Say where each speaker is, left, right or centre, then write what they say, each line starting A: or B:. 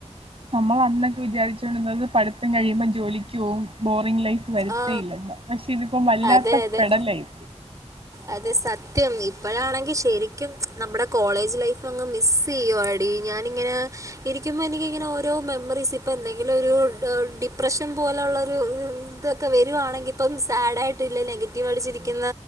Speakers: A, on the right; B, on the right.
A: നമ്മൾ അന്നൊക്കെ വിചാരിച്ചുകൊണ്ടിരുന്നത് പഠിത്തം കഴിയുമ്പം ജോലിക്ക് പോവും ബോറിങ്ങ് ലൈഫ് നമുക്ക് വരുത്തേ
B: ആ
A: ഇല്ലെന്നാ പക്ഷെ ഇതിപ്പോ വല്ലാത്ത
B: അതെ അതെ
A: പെടലായി
B: അതെ സത്യം ഇപ്പഴാണെങ്കി ശരിക്കും നമ്മുടെ കോളേജ് ലൈഫ് അങ്ങ് മിസ് ചെയ്യുവാടി ഞാനിങ്ങനെ ഇരിക്കുമ്പം എനിക്ക് ഇങ്ങനെ ഓരോ മെമ്മറീസ് ഇപ്പം എന്തെങ്കിലും ഒരു ഡിപ്രഷൻ പോലെ പോലുള്ളൊര് ഇത് ഒക്കെ വരുവാണെങ്കിൽ ഇപ്പം സാഡായിട്ടില്ല നെഗറ്റീവ് അടിച്ചിരിക്കുന്ന